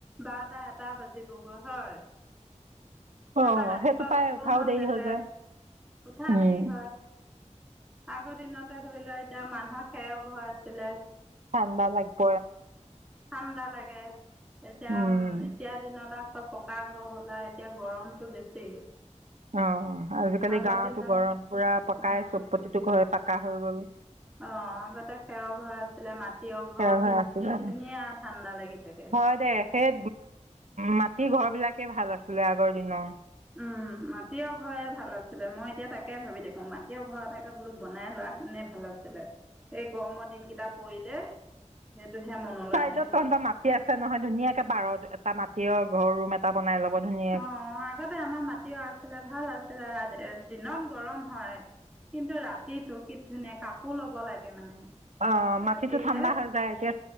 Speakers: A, in the centre; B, on the right.
A: বাৰটা এটা বাজিবগৈ হয়। তাৰ
B: অ
A: পৰা ৰাতিপুৱা
B: সেইটো পাই
A: উঠিব
B: উঠাও
A: মন
B: দেৰি
A: নাযায়
B: হৈ যায়
A: উঠা
B: উম
A: দেৰি হয়। আগৰ দিনতে ধৰি ল এতিয়া মানুহৰ খেৰৰ ঘৰ আছিলে।
B: ঠাণ্ডা লাগিব
A: ঠাণ্ডা লাগে এতিয়া
B: উম
A: উ এতিয়া দিনত আৰু চব পকা ঘৰ হ'ল আৰু এতিয়া গৰমতটো বেছি।
B: অ আজিকালি
A: আগৰ
B: গাঁৱতো
A: দিনত
B: গৰম পোৰা পকাই
A: অঁ
B: চব প্ৰতিটো ঘৰ পকা হৈ গ'ল।
A: অ আগতে খেৰৰ ঘৰ আছিলে মাটিৰ ঘৰ
B: সেয়া হৈ আছিলে
A: ধুনীয়া ঠাণ্ডা লাগি থাকে।
B: হয় দে সেই মাটি ঘৰ বিলাকে ভাল আছিলে আগৰ দিনৰ।
A: উম মাটিৰ ঘৰ ভাল আছিলে মই এতিয়া তাকে ভাবি থাকোঁ মাটিৰ ঘৰ এটাকে বোলো বনাই লোৱা হতেনে ভাল আছিল। এই গৰমৰ দিনকেইটা পৰিলে সেইটোহে মনলৈ
B: চাইডত
A: আহে।
B: তহঁতৰ মাটি আছে নহয় ধুনীয়াকে পাৰত এটা মাটিৰ ঘৰ ৰুম এটা বনাই ল'ব ধুনীয়া
A: অ অ আগতে আমাৰ মাটিও আছে ভাল আছিলে দিনত গৰম হয় কিন্তু ৰাতিটো কি ধুনীয়া কাপ কো ল'ব লাগে মানে।
B: অ মাটিতটো
A: ৰাতি
B: ঠাণ্ডা
A: যে
B: হৈ যায় এতিয়া